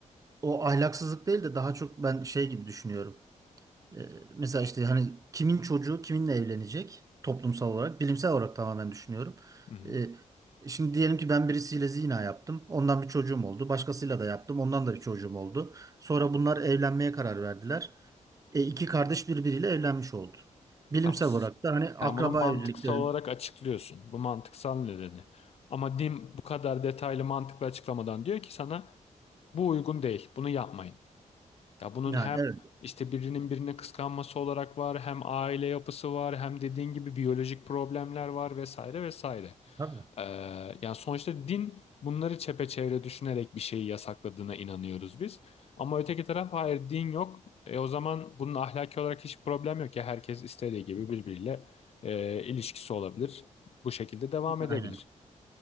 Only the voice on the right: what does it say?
o ahlaksızlık değil de daha çok ben şey gibi düşünüyorum. E, mesela işte hani kimin çocuğu kiminle evlenecek toplumsal olarak, bilimsel olarak tamamen düşünüyorum.
E, şimdi diyelim ki ben birisiyle zina yaptım. Ondan bir çocuğum oldu. Başkasıyla da yaptım. Ondan da bir çocuğum oldu. Sonra bunlar evlenmeye karar verdiler. E, iki kardeş birbiriyle evlenmiş oldu. Bilimsel
olarak da hani akraba
evliliklerin
yani
evet.
Tabii.
Aynen.